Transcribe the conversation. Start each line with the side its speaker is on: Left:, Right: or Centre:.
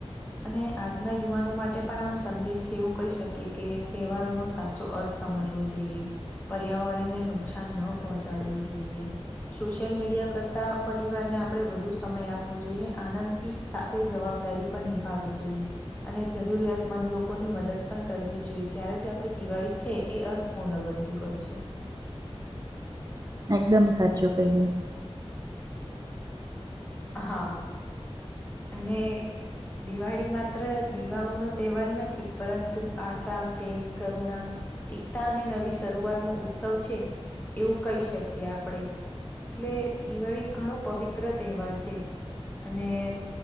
Left: અને આજના યુવાનો માટે પણ આમ સંદેશ છે એવું કહી શકીએ કે તહેવારોનો સાચ ચો અર્થ સમજવો જોઈએ, પર્યાવરણને નુકસાન ન પહોંચાડવું જોઈએ. સોશિયલ મીડિયા કરતા પરિવારને આપણે વધુ સમય આપવો જોઈએ આનંદથી સાથે જવાબદારી પણ નિભાવી જોઈએ. અને જરૂરિયાતમંદ લોકોની મદદ પણ કરવી જોઈએ ત્યારે જે આપે દિવાળી છે એ અર્થ પૂર્ણ બનતી હોય છે.
Right: એકદમ સાચું કહીયુ.
Left: હા. અને દિવાળી માત્ર દીવાઓ નો તહેવાર નથી, પરંતુ આશા, પ્રેમ, કરુણા એકતા અને નવી શરૂઆત નો ઉત્સવ છે. એવું કહી શકીએ આપણે. એટલે દિવાળી ઘણો પવિત્ર તહેવાર છે અને,